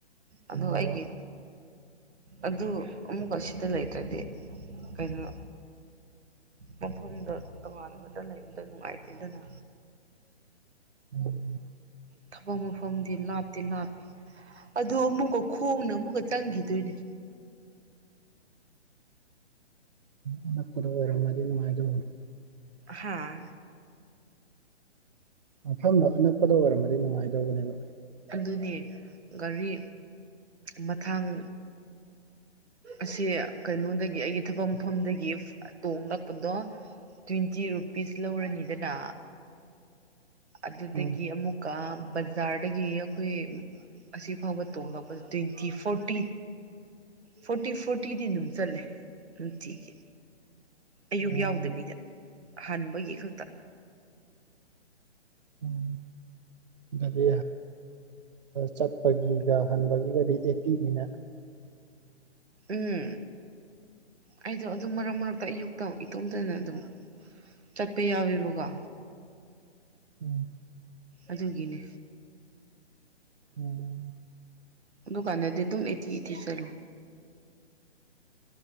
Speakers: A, on the right; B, on the right.
A: ꯑꯗ
B: ꯑꯣ
A: ꯑꯩꯒꯤ ꯑꯗꯨ ꯑꯃꯨꯛꯀ ꯑꯁꯤꯗ ꯂꯩꯇ꯭ꯔꯗꯤ ꯀꯩꯅꯣ ꯃꯐꯝꯗ ꯇꯣꯉꯥꯟꯕꯗ ꯂꯩꯕꯗ ꯅꯨꯡꯉꯥꯏꯇꯦꯗꯅ
B: ꯎꯝ
A: ꯊꯕꯛ ꯃꯐꯝꯗꯤ ꯂꯥꯞꯇꯤ ꯂꯥꯞꯄꯦ ꯑꯗꯨ ꯑꯃꯨꯛꯀ ꯈꯣꯡꯅ ꯑꯃꯨꯛꯀ ꯆꯪꯈꯤꯗꯣꯏꯅꯦ
B: ꯎꯝ ꯑꯗꯨ ꯑꯣꯏꯔꯝꯃꯗꯤ ꯅꯨꯡꯉꯥꯏꯗꯧꯕꯅꯤ
A: ꯍꯥꯥ
B: ꯃꯐꯝꯗꯣ ꯑꯅꯛꯄꯗ ꯑꯣꯏꯔꯝꯃꯗꯤ ꯅꯨꯡꯉꯥꯏꯗꯧꯕꯅꯦꯕ
A: ꯑꯗꯨꯅꯤ ꯒꯥꯔꯤ ꯃꯊꯥꯡ ꯑꯁꯤ ꯀꯩꯅꯣꯗꯒꯤ ꯑꯩꯒꯤ ꯊꯕꯛ ꯃꯐꯝꯗꯒꯤ ꯇꯣꯡꯂꯛꯄꯗꯣ ꯇ꯭ꯋꯦꯟꯇꯤ ꯔꯨꯄꯤꯁ ꯂꯧꯔꯅꯤꯗꯅ ꯑꯗꯨꯗꯒꯤ
B: ꯎꯝ
A: ꯑꯃꯨꯛꯀ ꯕꯖꯥꯔꯗꯒꯤ ꯑꯩꯈꯣꯏ ꯑꯁꯤꯐꯥꯎꯕ ꯇꯣꯡꯡꯂꯛꯄꯗ ꯇ꯭ꯋꯦꯟꯇꯤ ꯐꯣꯔꯇꯤ ꯐꯣꯔꯇꯤ ꯐꯣꯔꯇꯤꯗꯤ ꯑꯗꯨꯝ ꯆꯠꯂꯦ ꯅꯨꯡꯇꯤꯒꯤ ꯑꯌꯨꯛ
B: ꯎꯝ
A: ꯌꯥꯎꯗꯕꯤꯗ ꯍꯟꯕꯒꯤ ꯈꯛꯇ
B: ꯎꯝ ꯗꯗꯤ ꯆꯠꯄꯒꯤꯒ ꯍꯟꯕꯒꯤꯒꯗꯤ ꯆꯦꯄꯤ ꯃ
A: ꯎꯝ ꯑꯩꯗꯣ ꯑꯗꯨꯝ ꯃꯔꯛ ꯃꯔꯛꯇ ꯑꯌꯨꯛꯇ ꯏꯇꯣꯝꯇꯅ ꯑꯗꯨꯝ ꯆꯠꯄ ꯌꯥꯎꯋꯦꯕꯀꯣ
B: ꯎꯝ
A: ꯑꯗꯨꯒꯤꯅꯦ
B: ꯑꯣꯝ
A: ꯗꯨꯀꯥꯟꯅꯦꯗꯤ ꯑꯗꯨꯝ ꯏꯊꯤ ꯏꯊꯤ ꯆꯂ